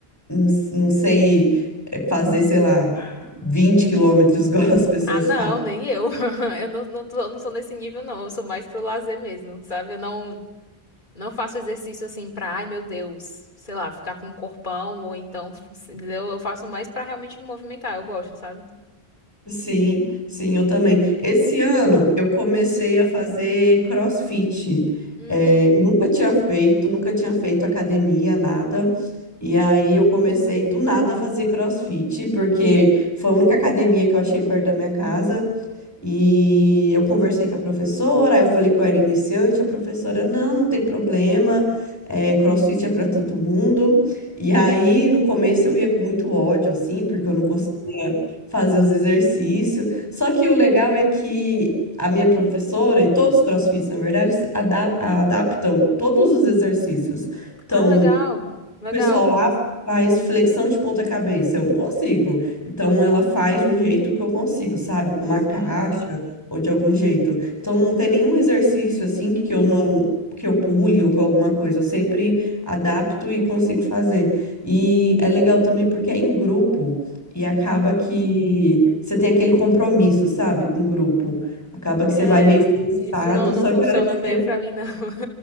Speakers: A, on the left; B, on the left.
A: não, não sei eh, fazer, sei lá, 20 quilômetros <laughs> igual as pessoas
B: Ah, não, nem eu. <laughs> Eu não, não, tô- não sou nesse nível, não. Eu sou mais pro lazer mesmo, sabe? Eu não, não faço exercício assim pra, ai meu Deus, sei lá, ficar com um corpão ou então, entendeu? Eu faço mais pra realmente me movimentar. Eu gosto, sabe?
A: Sim, sim, eu também. Esse ano eu comecei a fazer CrossFit.
B: Uhum.
A: É, eu nunca tinha feito, nunca tinha feito academia, nada. E aí eu comecei do nada a fazer CrossFit, porque foi a única academia que eu achei perto da minha casa. E eu conversei com a professora, aí eu falei que eu era iniciante, a professora, não, não tem problema, é, CrossFit é para todo mundo. E aí, no começo eu ia com muito ódio, assim, porque eu não conseguia fazer os exercícios. Só que o legal é que a minha professora e todos os CrossFits, na verdade, ada- adaptam todos os exercícios. Então,
B: Ah, legal. Legal.
A: o pessoal lá faz flexão de ponta cabeça, eu não consigo. Então ela faz de um jeito que eu consigo, sabe? Com uma
B: Sei.
A: caixa ou de algum jeito. Então não tem nenhum exercício assim que eu não que eu pule ou com alguma coisa, eu sempre adapto e consigo fazer. E é legal também porque é em grupo e acaba
B: Uhum.
A: que você tem aquele compromisso, sabe, com o grupo. Acaba que
B: É,
A: você vai meio forçado,
B: isso não, não
A: só
B: funciona
A: que a hora que você
B: meio pra mim, não. <laughs>